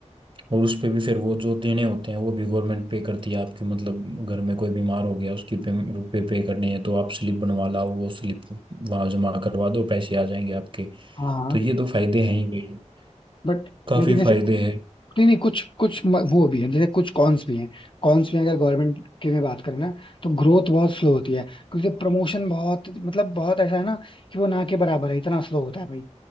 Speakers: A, on the right (about 45°); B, on the left (about 45°).
A: और उस पे भी फिर वो जो देने होते हैं वो भी गवर्नमेंट पे करती है आपकी मतलब घर में कोई बीमार हो गया उसकी पे, रुपए पे करने हैं तो आप स्लिप बनवा लाओ वो स्लिप वहां जमा करवा दो पैसे आ जाएंगे आपके
B: हाँ हाँ
A: तो ये तो फायदे हैं ही भाई
B: बट
A: काफी
B: लेकिन जैसे
A: फायदे हैं
B: नहीं नहीं कुछ कुछ म- वो भी है जैसे कुछ कॉन्स भी हैं कॉन्स में अगर गवर्नमेंट की में बात करें ना तो ग्रोथ बहुत स्लो होती है क्योंकि प्रमोशन बहुत मतलब बहुत ऐसा है ना कि वो ना के बराबर है इतना स्लो होता है भाई